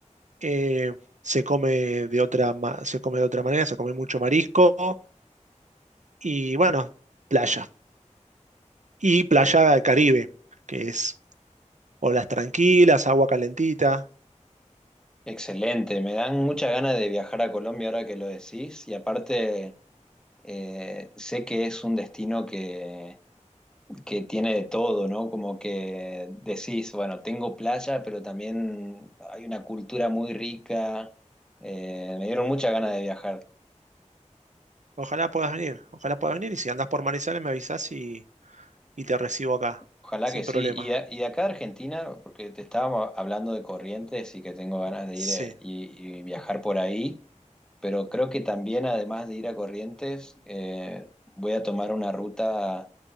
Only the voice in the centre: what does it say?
Excelente, me dan muchas ganas de viajar a Colombia ahora que lo decís y aparte eh, sé que es un destino que, que tiene de todo, ¿no? Como que decís, bueno, tengo playa, pero también hay una cultura muy rica, eh, me dieron muchas ganas de viajar,
ojalá
que sí.
Y, a- y de acá de Argentina, porque te estábamos hablando de Corrientes y que tengo ganas de
ir eh, y y viajar por ahí. Pero creo que también, además de ir a Corrientes, eh, voy a tomar una ruta